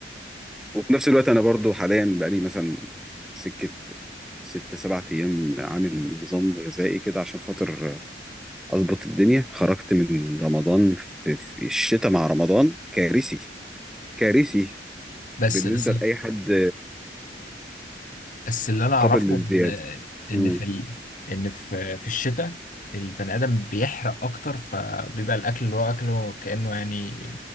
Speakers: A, in the centre; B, on the left (about 50°).
A: وفي نفس الوقت انا برضو حاليا بقالي مثلا سكه ست سبعة ايام عامل نظام غذائي كده عشان خاطر اظبط الدنيا خرجت من رمضان في, في الشتاء مع رمضان كارثي كارثي
B: بس
A: بالنسبه
B: بس
A: لاي حد
B: بس اللي انا اعرفه
A: قابل للزياده
B: ان ان
A: مم.
B: في ال... ان في في الشتاء البني ادم بيحرق اكتر فبيبقى الاكل اللي هو اكله كانه يعني